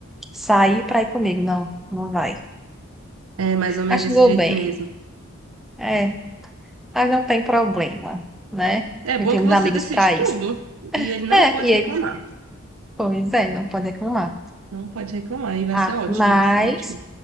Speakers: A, in the centre; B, on the right.
A: sair pra ir comigo, não, não vai.
B: É mais ou menos
A: Mas
B: desse
A: tudo
B: jeito
A: bem.
B: mesmo.
A: É, mas não tem problema, né?
B: É
A: Eu
B: bom
A: tenho
B: que
A: uns
B: você
A: amigos
B: decide
A: para
B: tudo
A: isso.
B: e ele não
A: É,
B: pode
A: e ele,
B: reclamar.
A: pois é, não pode reclamar.
B: Não pode reclamar e vai
A: Ah,
B: ser ótimo,
A: mas
B: vai ser ótimo.